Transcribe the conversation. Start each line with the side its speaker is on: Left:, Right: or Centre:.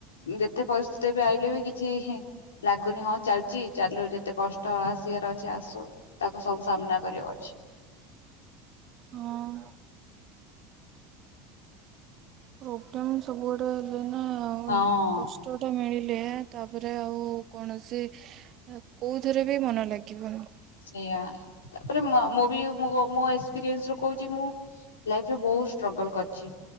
Left: ଯେତେ ପରିସ୍ଥିତି ଏବେ ଆଇଲେ ବି କିଛି ଲାଗୁନି ହଁ ଚାଲିଛି ଚାଲୁ ଯେତେ କଷ୍ଟ ଆସିବାର ଅଛି ଆସୁ ତାକୁ ସବୁ ସାମ୍ନା କରିବକୁ ଅଛି ।
Right: ହଁ । ପ୍ରୋବ୍ଲେମ୍ ସବୁଆଡେ ହେଲେ ନା-ଆ-ଆ
Left: ହଁ
Right: କଷ୍ଟ ଟା ମିଳି ଲେ ତାପରେ ଆଉ କୌଣସି ଅ କୋଉଥିରେ ବି ମନ ଲାଗିବନି।
Left: ୟା ତାପରେ ମୋ ମୁଁ ବି ମୋ ମୋ ଏକ୍ସପିରିଏନ୍ସ ରୁ କହୁଛି ମୁଁ ଲାଇଫ୍ ରେ ବହୁତ ଷ୍ଟ୍ରଗଲ କରିଛି।